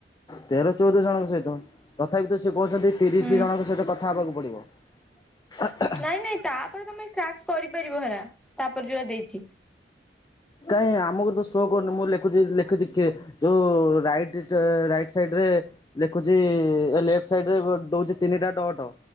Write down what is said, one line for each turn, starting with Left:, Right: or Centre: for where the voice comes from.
Left: ତେର ଚଉଦ ଜଣଙ୍କ ସହିତ ତଥାବି ତ ସିଏ କହୁଛନ୍ତି ତିରିଶ
Centre: ହୁଁ
Left: ଜଣଙ୍କ ସହିତ କ ଥା ହବାକୁ ପଡ଼ିବ।
Centre: ନାଇଁ ନାଇଁ ତାପରେ ତମେ ଟାକ୍ସ କରିପାରିବ ହେରା ତାପରେ ଯୋଉରା ଦେଇଚି।
Left: କାଇଁ ଆମକୁ ତ ସୋ କରୁନି ମୁଁ ଲେଖୁଚି ଲେଖୁଚି କିଏ ଯୋଉ ରାଇଟ ଟ ରାଇଟ ସାଇଡ଼ ରେ ଲେଖୁଚି ଇ ଇ ଏ ଲେଫଟ ସାଇଡ଼ ରେ ବ ଦଉଚି ତିନିଟା ଡ଼ଟ